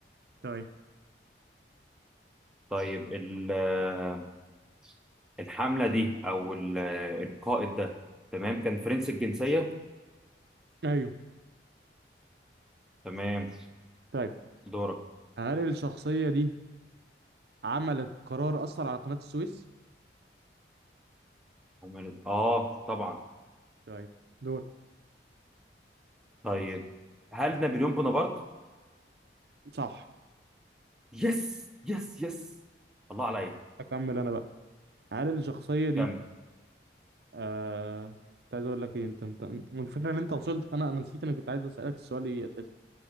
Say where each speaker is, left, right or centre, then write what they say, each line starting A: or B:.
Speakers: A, on the right; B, in the centre.
A: طيب
B: طيب ال- آه، الحملة دي أو ال- آه، القائد ده تمام كان فرنسي الجنسية
A: ايوه
B: تمام
A: طيب
B: دورك
A: هل الشخصية دي عملت قرار أثر على قناة السويس
B: عمل- اه طبعا
A: طيب دول
B: طيب هل نابليون بونابرت؟
A: صح
B: يس يس يس الله عليا
A: أكمل أنا بقى هل الشخصية دي
B: كمل
A: آه كنت عايز أقول لك إيه أنت أنت الفكرة إن أنت وصلت فأنا أنا نسيت أنا كنت عايز أسألك السؤال إيه أساسا